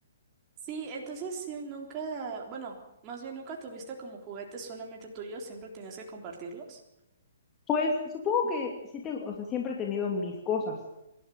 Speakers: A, on the right; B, on the left.
A: Sí, entonces sí, nunca, bueno, más bien nunca tuviste como juguetes solamente tuyos, siempre tenías que compartirlos.
B: Pues supongo que sí tengo, o sea, siempre he tenido mis cosas,